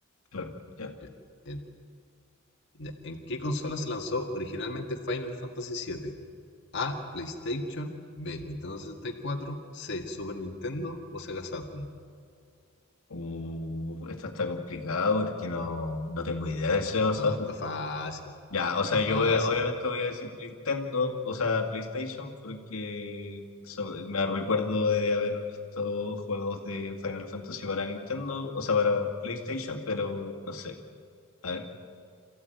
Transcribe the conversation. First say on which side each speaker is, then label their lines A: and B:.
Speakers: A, on the left (about 80°); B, on the left (about 55°).
A: Claro, ya.
B: Ya. En, ya. ¿En qué consola se lanzó originalmente Final Fantasy VII? A. PlayStation. B. Nintendo 64. C. Super Nintendo o Sega Saturn.
A: Uh, esta está complicada porque no, no tengo idea de ese
B: No,
A: tú.
B: está fácil.
A: Ya, o sea,
B: Está fácil.
A: yo voy a- obviamente voy a decir Nintendo, o sea, PlayStation, porque so- me recuerdo de haber visto juegos de Final Fantasy para Nintendo, o sea, para PlayStation, pero no sé. A ver.